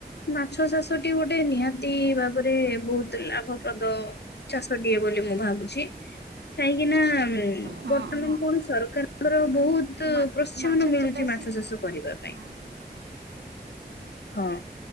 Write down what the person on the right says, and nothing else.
ହଁ
ହଁ
ମା
ମାଛ
ଚାଷରେ
ହଁ